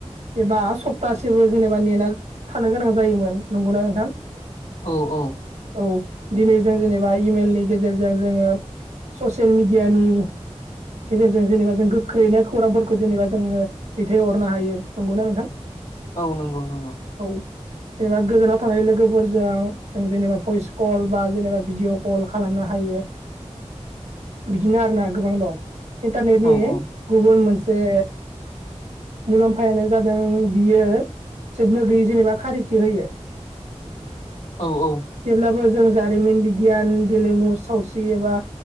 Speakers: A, on the right (about 75°); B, on the left (about 80°).
A: एबा सप्तासेबो जेनेबा नेना थानो गोनां जायोमोन नंगौना नोंथां?
B: औ औ
A: औ दिनै जों जेनेबा इमेलनि गेजेरजों जोङो ससेयेल मिडियानि गेजेरजों जेनेबा जों गोख्रैनो खौरांफोरखौ जेनेबा जोङो दैथायहरनो हायो नंगौना नोंथां?
B: औ नंगौ नंगौ
A: औ जेनेबा गोजानाव थानाय लोगोफोरजों जों जेनेबा भइस कल बा जेनेबा भिडिअ' कल खालामनो हायो। बिदिनो आरोना गोबां दं इन्टारनेटनि
B: औ औ
A: गुबुन मोनसे मुलाम्फायानो जादों बियो जोबनो गैयै जेनेबा खारिथि होयो <inaudible>
B: औ औ
A: जेब्लाबो जों जारिमिन बिगियान गेलेमु सावस्रि एबा